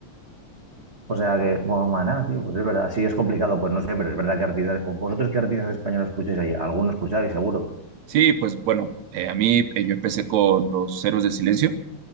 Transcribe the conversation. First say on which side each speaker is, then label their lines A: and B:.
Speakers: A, on the right; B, on the right.
A: O sea que, bueno, Maná, tío, pues es verdad, sí es complicado, pues no sé, pero es verdad que artistas, o vosotros qué artistas españoles escucháis ahí, alguno escucháis, seguro.
B: Sí, pues bueno, eh, a mí eh, yo empecé con los Héroes del Silencio,